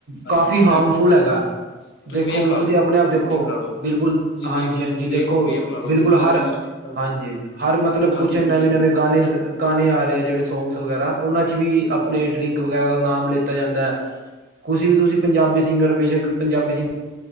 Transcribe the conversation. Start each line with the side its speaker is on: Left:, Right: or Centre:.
Left: ਹਾਂਜੀ
Right: ਕਾਫੀ ਹਾਰਮਫੁਲ
Left: ਇਹ
Right: ਹੈਗਾ ਦੇਖੋ
Left: ਵੇਪ
Right: ਹੁਣ
Left: ਲਾ
Right: ਤੁਸੀਂ
Left: ਲਓ
Right: ਆਪਣੇ ਆਪ ਦੇਖੋ
Left: ਵੇਪ ਲਾ ਲਓ
Right: ਬਿਲਕੁਲ
Left: ਤੁਸੀਂ
Right: ਹਾਂਜੀ।
Left: ਵੇਪ
Right: ਜੀ
Left: ਵੇਪ
Right: ਦੇਖੋ
Left: ਵੇਪ ਲਾ ਲਓ
Right: ਬਿਲਕੁਲ ਹਰ
Left: ਯੂਥ ਹਰ
Right: ਹਾਂਜੀ-ਹਾਂਜੀ ਹਰ ਮਤਲਬ ਕੁਛ
Left: ਹਰ ਬੰਦਾ
Right: ਨਵੇਂ
Left: ਯੂਜ
Right: ਨਵੇਂ
Left: ਕਰ
Right: ਗਾਣੇ
Left: ਰਿਹਾ
Right: ਗਾਣੇ ਆ ਰਹੇ ਆ ਜਿਹੜੇ ਸੌਂਗਸ ਵਗੈਰਾ, ਉਹਨਾਂ ਚ ਵੀ
Left: ਹਾਂਜੀ
Right: ਆਪਣੇ ਡਰਿੰਕ ਵਗੈਰਾ ਦਾ ਨਾਮ ਲਤਾ, ਦਿੱਤਾ ਜਾਂਦਾ ਹੈ, ਕੁਸੀ ਵੀ ਤੁਸੀਂ ਪੰਜਾਬੀ ਸਿੰਗਰ ਬੇਸ਼ੱਕ ਪੰਜਾਬੀ ਸਿੰਗ,